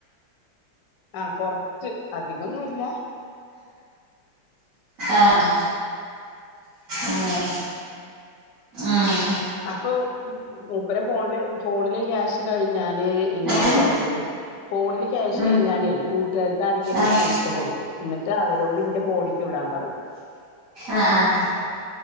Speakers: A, on the left; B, on the right.
A: ആഹ് കൊറച്ച് അധികന്നു ഇല്ല
B: ആഹ് അങ്ങനെ ആഹ്
A: അപ്പോം മൂപ്പര ഫോൺല് ഫോണില് ക്യാഷ് കഴിഞ്ഞാല് ഇന്നോട്
B: എങ്ങനെ
A: പറയും ഫോണില് ക്യാഷ്
B: ഉം
A: കഴിഞ്ഞാലേ കൂട്ട്കാർക്കാർക്കേലും
B: ആഹ്
A: പൈസ കൊടുക്കും എന്നിട്ട് അവരോട് ഇന്റെ ഫോണിക്ക് വിടാൻ പറയും
B: ആഹ് ആഹ്